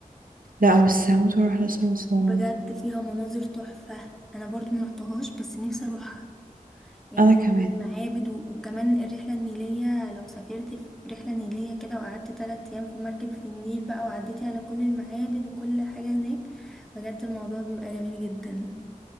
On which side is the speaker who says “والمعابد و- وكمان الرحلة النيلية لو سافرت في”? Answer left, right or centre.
Centre